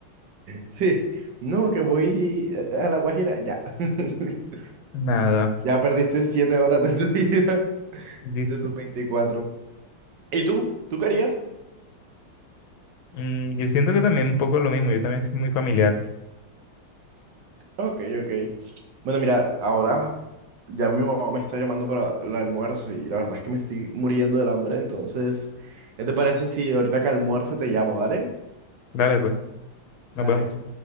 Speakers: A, on the right (about 65°); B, on the left (about 75°).
A: Sí, no, que voy eh, a La Guajira, ya. <laughs>
B: Nada,
A: Ya perdiste 7 horas de tu <laughs> vida,
B: dice.
A: de tus veinticuatro ¿Y tú? ¿Tú qué harías?
B: Mm, yo siento que también un poco lo mismo, yo también soy muy familiar.
A: Ok, ok. Bueno, mira, ahora ya mi mamá me está llamando para el almuerzo y la verdad es que me estoy muriendo del hambre, entonces, ¿qué te parece si ahorita que almuerzo te llamo, dale?
B: Dale, pues, nos
A: Dale.
B: vemos.